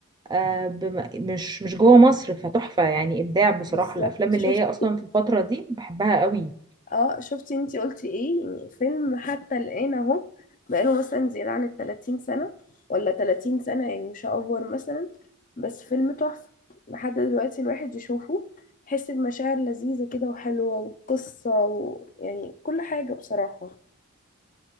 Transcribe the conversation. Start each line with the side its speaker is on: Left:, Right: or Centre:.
Right: آه بم... مش مش جوه مصر فتحفة يعني ابداع بصراحة
Left: بالظبط
Right: الافلام
Left: شفت
Right: اللي هي اصلا في الفترة دي بحبها قوي
Left: اه شفتي انتي قلتي ايه يعني فيلم حتى الآن اهو بقاله مثلا زيادة عن التلاتين سنة ولا تلاتين سنة يعني مش هأفور مثلا بس فيلم تحفة لحد دلوقتي الواحد يشوفه يحس بمشاعر لذيذة كده وحلوة وقصة ويعني كل حاجة بصراحة